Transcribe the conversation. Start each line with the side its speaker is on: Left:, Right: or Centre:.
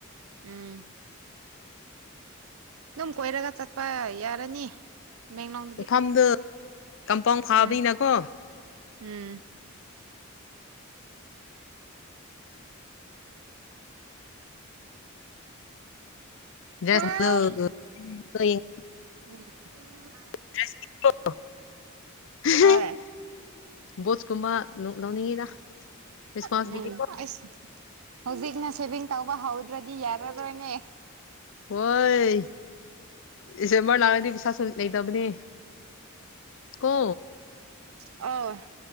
Right: ꯎꯝ ꯑꯗꯨꯝ ꯀꯣꯏꯔꯒ ꯆꯠꯄ ꯌꯥꯔꯅꯤ ꯇꯃꯦꯡꯂꯣꯡꯗꯗꯤ
Left: ꯃꯐꯝꯗꯨ ꯀꯝꯄꯥꯎꯟ ꯐꯥꯕꯅꯤꯅꯀꯣ
Right: ꯎꯝ ꯎꯝ
Left: <unintelligible>
Right: ꯍꯣꯏ ꯎꯝ
Left: <unintelligible>
Right: ꯍꯣꯏ
Left: ꯕꯨꯠꯁꯀꯨꯝꯕ ꯂꯨꯛ ꯂꯧꯅꯤꯡꯉꯤꯗ ꯈ꯭ꯔꯤꯁꯃꯥꯁꯀꯤꯗꯤꯀꯣ
Right: ꯎꯝ ꯎꯝ ꯑꯁ ꯍꯧꯖꯤꯛꯅ ꯁꯦꯚꯤꯡ ꯇꯧꯕ ꯍꯧꯗ꯭ꯔꯗꯤ ꯌꯥꯔꯔꯣꯏꯅꯦ
Left: ꯍꯣꯏ ꯏꯁꯦꯝꯕꯔ ꯂꯥꯛꯑꯗꯤ ꯄꯩꯁꯥ ꯂꯩꯇꯕꯅꯦ ꯀꯣ
Right: ꯑ